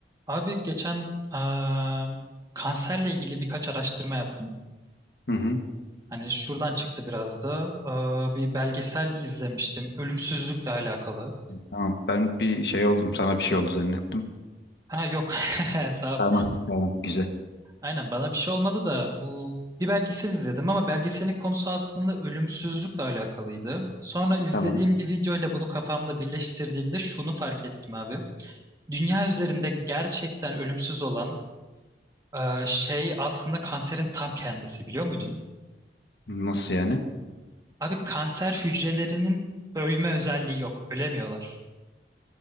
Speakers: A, on the right; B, on the left.
A: Abi geçen eee, kanserle ilgili birkaç araştırma yaptım.
B: Hı hı.
A: Hani şuradan çıktı biraz da Eee, bir belgesel izlemiştim ölümsüzlükle alakalı.
B: Tamam. Ben bir şey oldum. Sana bir şey oldu zannettim.
A: Ha yok <laughs> sağ
B: Tamam.
A: ol.
B: Tamam. Güzel.
A: Aynen bana bir şey olmadı da bu bir belgesel izledim ama belgeselin konusu aslında ölümsüzlükle alakalıydı. Sonra izlediğim
B: Tamam.
A: bir video ile bunu kafamda birleştirdiğimde şunu fark ettim abi. Dünya üzerinde gerçekten ölümsüz olan eee, şey aslında kanserin tam kendisi biliyor muydun?
B: Nasıl yani?
A: Abi kanser hücrelerinin ölme özelliği yok. Ölemiyorlar.